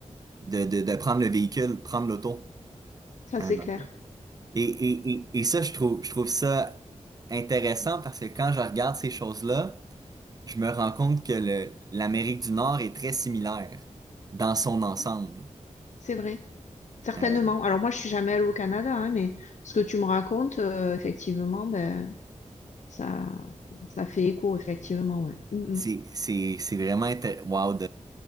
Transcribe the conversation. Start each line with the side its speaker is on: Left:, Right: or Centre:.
Right: de, de, de prendre le véhicule, prendre l'auto.
Left: ça c'est
Right: Euh,
Left: clair.
Right: Et, et, et, et ça, je trouve, je trouve ça intéressant parce que quand je regarde ces choses-là, je me rends compte que le, l'Amérique du Nord est très similaire dans son ensemble.
Left: Oui, c'est vrai. Certainement.
Right: Euh,
Left: Alors moi, je suis jamais allée au Canada, hein, mais ce que tu me racontes, euh, effectivement, ben ça, ça fait écho, effectivement, ouais. Mm,
Right: c'est,
Left: mm.
Right: c'est, c'est vraiment intéressant.